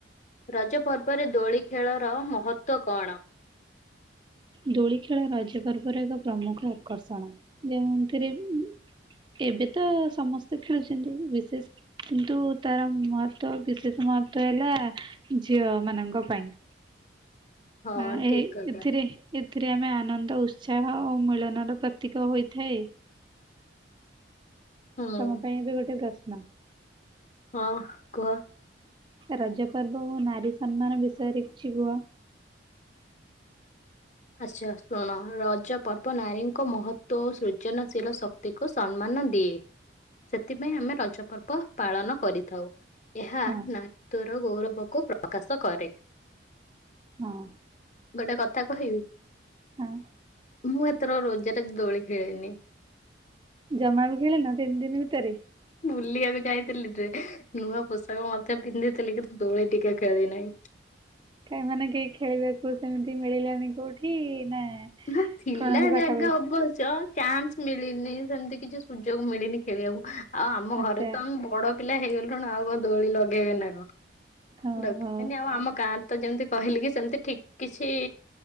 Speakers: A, on the left; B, on the right.
A: ରଜ ପର୍ବରେ ଦୋଳି ଖେଳର ମହତ୍ଵ କଣ?
B: ଦୋଳି ଖେଳ ରଜ ପର୍ବରେ ଏକ ପ୍ରମୁଖ ଆକର୍ଷଣ ଯେଉଁଥିରେ ଉଁ ଉଁ ଏବେ ତ ସମସ୍ତେ ଖେଳୁଛନ୍ତି ବିଶେଷ କିନ୍ତୁ ତାର ମହତ୍ଵ ବିଶେଷ ମହତ୍ଵ ହେଲା ଝିଅମାନଙ୍କ ପାଇଁ।
A: <inaudible>
B: ଆଁ
A: ଠିକ
B: ଏ
A: କଥା
B: ଏଥିରେ ଏଥିରେ ଆମେ ଆନନ୍ଦ ଉତ୍ସାହ ଓ ମିଳନର ପ୍ରତୀକ ହୋଇଥାଏ।
A: ହୁଁ
B: ତମ ପାଇଁ ଏବେ ଗୋଟେ ପ୍ରଶ୍ନ।
A: ହଁ କୁହ।
B: ରଜ ପର୍ବ ଓ ନାରୀ ସମ୍ମାନ ବିଷୟରେ କିଛି କୁହ।
A: ଆଚ୍ଛା ଶୁଣ ରଜ ପର୍ବ ନାରୀଙ୍କ ମହତ୍ଵ ଓ ସୃଜନଶୀଳ ଶ କ୍ତିକୁ ସମ୍ମାନ ଦିଏ ସେଥିପାଇଁ ଆମେ ରଜ ପର୍ବ ପାଳନ କରିଥାଉ। ଏହା
B: ହଁ
A: ନାରୀତ୍ୱର ଗୌରବକୁ ପ୍ରକାଶ କରେ।
B: ହଁ।
A: ଗୋଟେ କଥା କହିବି?
B: ହଁ
A: ମୁଁ ଏଥର ରୋଜରେ ଦୋଳି ଖେଳିନି।
B: ଜମା ବି ଖଳୀନ ତିନି ଦିନ ଭିତରେ?
A: ବୁଲିବାକୁ ଯାଇଥିଲି ଟେ ନୂଆ ପୋଷାକ ମଧ୍ୟ ପିନ୍ଧିଥିଲି କିନ୍ତୁ ଦୋଳି ଟିକେ ଖେଳି ନାହିଁ।
B: କାଇଁ ମାନେ କେହି ଖେଳିବାକୁ ସେମିତି ମିଳିଲାନି କୋଉଠି ନା
A: ନା ଥିଲା
B: କଣ ଏମିତି ପାଖାପାଖି
A: ଜାଗା ଅବଶ୍ୟ। ଚାନ୍ସ ମିଳିନି ସେମିତି କିଛି ସୁଯୋଗ ମିଳିନି ଖେଳିବାକୁ ଆଉ ଆମ
B: ଆଚ୍ଛା
A: ଘରେ ତ ଆମ ବଡ। ପିଲା ହେଇଗଲୁଣୁ ଆଉ କଣ ଦୋଳି ଲଗେଇବେ ନା କଣ
B: ଓହୋ
A: ଲଗେଇନି ଆଉ ଆମ ଗାଁ ତ ଯେମିତି କହିଲି କି ସେମିତି ଠିକ୍ କିଛି